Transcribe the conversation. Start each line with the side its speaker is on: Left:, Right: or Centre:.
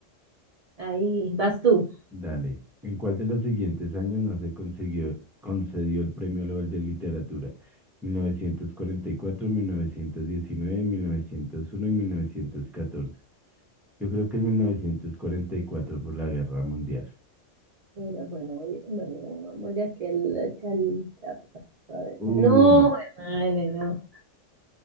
Right: Ahí vas tú.
Centre: dale. ¿En cuál de los siguientes años no se consiguió, concedió el Premio Nobel de Literatura? mil novecientos cuarenta y cuatro mil mil mil novecientos novecientos novecientos diecinueve uno y mil novecientos catorce Yo creo que es 1944 por la Guerra Mundial.
Right: Era, bueno, oye, bueno, pongámosle aquí al la chalchapa. a ver.
Centre: Uy,
Right: No,
Centre: no,
Right: hermano, no.